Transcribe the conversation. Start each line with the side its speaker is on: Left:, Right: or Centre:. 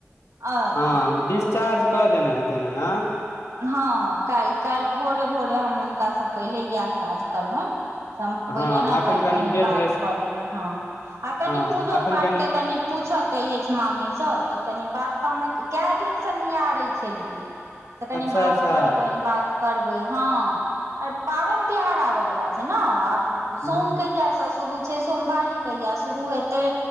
Right: अ
Left: हँ डिस्चार्ज कऽ देने हेत एना
Right: हँ काल्हि काल्हि भोरे भोरे हम हुनका सँ पहिले इएह काज करबनि पहिले
Left: हँ
Right: ने
Left: एखन
Right: काल्हि कनि
Left: बेड
Right: बात
Left: रेस्ट
Right: कऽ लेबै हँ आ कनि
Left: हँ
Right: पूजो
Left: एखन
Right: पाठ के कनि पूछयके अछि मामी सँ तऽ कनि बात तऽ हमरा कए दिनसँ नियारैत छलियै से कनि
Left: अच्छा
Right: बात
Left: अच्छा
Right: करबनि बात करबै हँ आर पाबनि तिहार आबय वाला छै ने आब
Left: ह
Right: साउन कहिया से शुरू सोमवारी कहिया शुरू हेतै